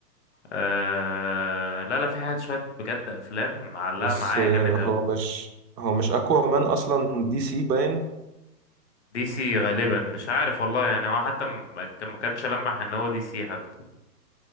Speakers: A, on the left (about 45°); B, on the right (about 80°).
A: آه لا لا في حاجات شوية بجد أفلام معلقة
B: بس
A: معايا
B: آه،
A: جامد أوي
B: هو مش هو مش اقوى مان اصلا دي سي باين
A: دي سي غالبا مش عارف والله يعني هو حتى ما كان- ما كانش لمح ان هو دي سي حتى